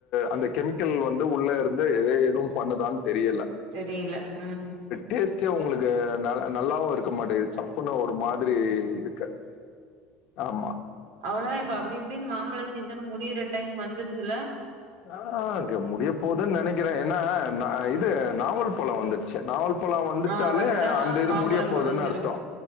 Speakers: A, on the left (about 65°); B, on the right (about 80°).
A: அந்த கெமிக்கல் வந்து உள்ள இருந்து ஏ எதுவும் பண்ணுதான்னு தெரியல
B: தெரியல ம்
A: டேஸ்ட்டே உங்களுக்கு நல்ல நல்லாவு இருக்க மாட்டேங்குது சப்புன்னு ஒரு மாதிரி இருக்கு ஆமா
B: அவ்ளோதா இப்ப அப்டி இப்டின்னு மாம்பழ சீசனு முடியிற டைம் வந்துருச்சுல
A: ஆ அங்க முடிய போதுன்னு நெனைக்கிறே ஏனா இது நாவல் பழம் வந்துருச்சு நாவல்ப் ப்பழம் வந்துட்டாலே
B: ஆ வந்தா
A: அந்த இது
B: மாம்பழம்
A: முடிய போதுன்னு
B: முடிஞ்சிரும்.
A: அர்த்தோ